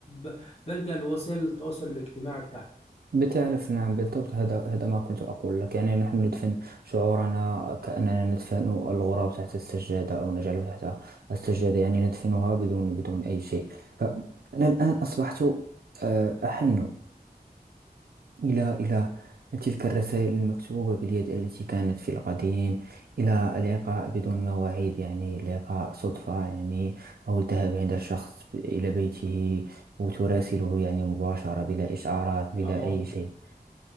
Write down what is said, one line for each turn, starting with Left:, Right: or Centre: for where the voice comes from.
Left: ب- بلجأ لوسائل التواصل الاجتماعي بتاعتي
Right: بتعرف نعم بالضبط هذا هذا ما كنت أقول لك يعني نحن ندفن شعورنا كأننا ندفن الغراب تحت السجادة أو نجعله تحت السجادة يعني ندفنها بدون بدون أي شيء فأنا الآن أصبحت آه، أحن إلى إلى تلك الرسائل المكتوبة باليد التي كانت في القديم إلى اللقاء بدون مواعيد يعني لقاء صدفة يعني أو الذهاب عند الشخص إلى بيته وتراسله يعني مباشرة بلا إشعارات بلا
Left: اه
Right: أي شيء